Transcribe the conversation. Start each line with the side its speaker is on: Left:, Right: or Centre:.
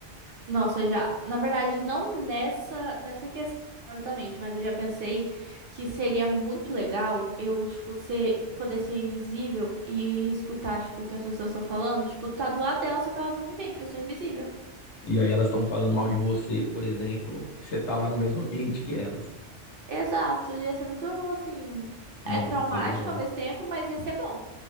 Right: Nossa, já. Na verdade, não nessa nessa questão exatamente, mas eu já pensei que seria muito legal eu, tipo, ser, poder ser invisível e escutar, tipo, o que as pessoas estão falando. Tipo, tá do lado delas, só que elas não me veem, porque eu sou invisível.
Left: E aí elas estão falando mal de você, por exemplo, e você tá lá no mesmo ambiente que elas.
Right: Exato, ia ser muito, assim,
Left: Nossa,
Right: é traumático
Left: seria bom.
Right: ao mesmo tempo, mas ia ser bom.